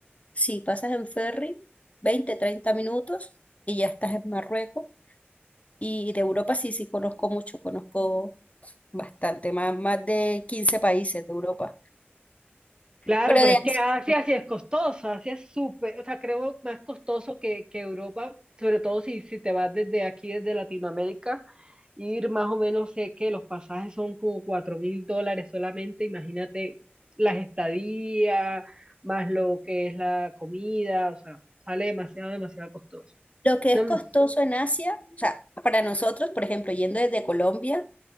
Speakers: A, on the left (about 35°); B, on the right (about 20°).
A: sí pasas en ferry, 20 30 minutos y ya estás en Marruecos. Y de Europa sí, sí conozco mucho, conozco bastante, más, más de 15 países de Europa.
B: Claro,
A: Pero
B: pero
A: de
B: es que
A: Asia,
B: Asia sí es costoso, Asia es súper, o sea, creo más costoso que, que Europa, sobre todo si, si te vas desde aquí, desde Latinoamérica, ir más o menos, sé que los pasajes son como cuatro mil dólares solamente, imagínate las estadías, más lo que es la comida, o sea, sale demasiado, demasiado costoso.
A: lo que
B: No,
A: es
B: mm,
A: costoso en Asia, o sea, para nosotros, por ejemplo, yendo desde Colombia,